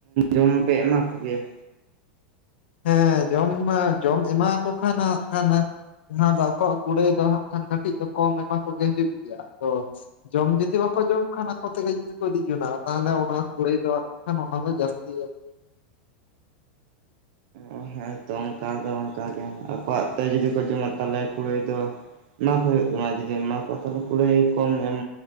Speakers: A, on the right (about 60°); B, on the left (about 80°).
A: ᱡᱚᱢ ᱯᱮ ᱮᱢᱟ ᱠᱚᱜᱮᱭᱟ?
B: ᱦᱮᱸ ᱡᱚᱢ ᱢᱟ ᱡᱚᱢ ᱮᱢᱟ ᱠᱚ ᱠᱷᱟᱱ ᱱᱟᱜ ᱠᱷᱟᱱ ᱡᱟᱦᱟᱸ ᱫᱚ ᱟᱠᱚᱣᱟᱜ ᱠᱩᱲᱟᱹᱭ ᱫᱚ ᱦᱟᱸᱜ ᱠᱷᱟᱱ ᱠᱟᱹᱴᱤᱡ ᱫᱚ ᱠᱚᱢ ᱮᱢᱟ ᱠᱚᱜᱮ ᱦᱩᱭᱩᱜ ᱜᱮᱭᱟ ᱟᱫᱚ ᱡᱚᱢ ᱡᱩᱫᱤ ᱵᱟᱠᱚ ᱡᱚᱢ ᱠᱷᱟᱱ ᱟᱠᱚ ᱛᱮᱜᱮ ᱡᱩᱫᱤ ᱤᱫᱤ ᱡᱚᱱᱟ ᱛᱟᱦᱚᱞᱮ ᱚᱱᱟ ᱠᱩᱲᱟᱹᱭ ᱫᱟᱸᱜ ᱠᱷᱟᱱ ᱚᱱᱟ ᱫᱚ ᱡᱟᱹᱥᱛᱤ
A: ᱚ ᱦᱮᱸᱛᱚ ᱚᱱᱠᱟ ᱫᱚ ᱚᱱᱠᱟ ᱜᱮ, ᱟᱠᱚᱣᱟᱜ ᱛᱮ ᱡᱩᱫᱤ ᱠᱚ ᱡᱚᱢᱟ ᱛᱟᱦᱚᱞᱮ ᱠᱩᱲᱟᱹᱭ ᱫᱚ ᱮᱢᱟ ᱠᱚ ᱦᱩᱭᱩᱜ ᱛᱟᱢᱟ ᱡᱩᱫᱤᱢ ᱮᱢᱟ ᱠᱚᱣᱟ ᱛᱟᱦᱚᱞᱮ ᱠᱩᱲᱟᱹᱭ ᱠᱚᱢ ᱮᱢ